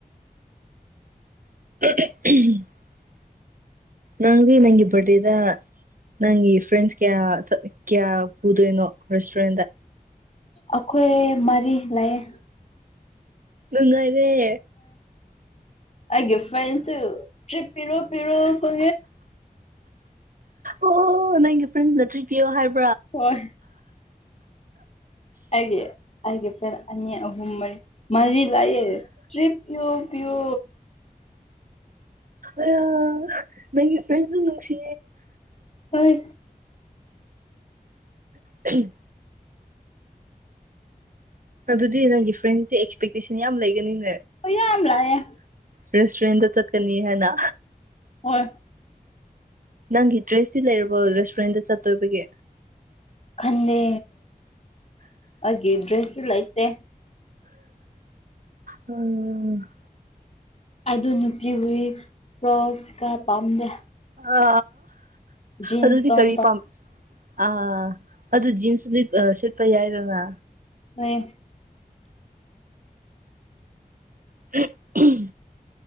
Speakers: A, on the right; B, on the left.
A: <inaudible> ꯅꯪꯗꯤ ꯅꯪꯒꯤ ꯔꯗꯦꯗ ꯅꯪꯒꯤ ꯐ꯭ꯔꯦꯟꯁ ꯀꯌꯥ ꯀꯌꯥ ꯄꯨꯗꯅꯣ ꯔꯦꯁꯇꯣꯣꯔꯦꯟꯗ
B: ꯑꯈꯣꯏ ꯃꯥꯔꯤ ꯂꯥꯏꯌꯦ
A: ꯪꯥꯏꯗꯦ
B: ꯑꯦ ꯐ꯭ꯔꯁꯔꯤꯞ ꯄꯤꯔꯣ ꯄꯤꯔꯣ ꯐ
A: ꯑꯣ ꯅꯪꯒꯤꯗꯤꯐ꯭ꯔꯦꯟꯁ ꯅꯠꯇ꯭ꯔꯤ ꯄꯌꯣ ꯍꯥꯏꯔ
B: ꯍꯣꯏ ꯍꯥꯏꯦ ꯍꯥꯏꯦ ꯑꯅꯤ ꯑꯍꯨꯝ ꯃꯔꯤ ꯃꯔꯤ ꯂꯩꯑꯌꯦ ꯇꯔꯤ ꯄꯌ ꯄꯤꯣ
A: ꯑ ꯅ ꯐꯖ ꯅꯅꯨꯡꯁꯤ
B: ꯍꯣꯏ
A: ꯑ ꯑꯗꯨꯗꯤ ꯅꯪꯒꯤ ꯐ꯭ꯔꯦꯟꯁꯦ ꯑꯦꯛꯁꯄꯦꯛꯇꯦꯁꯟ ꯌꯥꯝ ꯂꯩꯒꯅꯤꯅ
B: ꯑꯩ ꯌꯥꯝꯝꯂꯌꯦ
A: ꯔꯦꯁꯇꯨꯔꯦꯟꯗ ꯆꯠꯀꯅꯤ ꯍꯥꯏꯅ
B: ꯍꯣꯏ
A: ꯅꯪꯒꯤ ꯗ꯭ꯔꯦꯁ ꯁꯤ ꯂꯩꯔꯕꯣ ꯔꯦꯁꯇꯨꯔꯦꯟꯗ ꯆꯠꯇꯣꯏꯕꯒꯤ
B: ꯈꯟꯦ ꯑꯦ ꯗ꯭ꯔꯦꯁꯁꯨ ꯂꯥꯏꯇꯦ
A: ꯎꯝ
B: ꯑꯗꯨ ꯅꯨꯄꯤ ꯍꯨꯏ ꯐ꯭ꯔꯣ ꯏꯁꯀꯥꯔ ꯄꯥꯝꯗꯦ
A: ꯑ
B: ꯖꯤꯟꯁ
A: ꯑꯗꯨꯗꯤ
B: ꯇꯣꯝ
A: ꯀꯔꯤ ꯄꯥꯝꯃꯦ ꯑ ꯑꯗꯨ ꯖꯤꯟꯁ ꯂꯤꯞ ꯁꯤꯜꯄ ꯌꯥꯏꯗꯅ
B: ꯍꯣꯏ
A: ꯑꯦ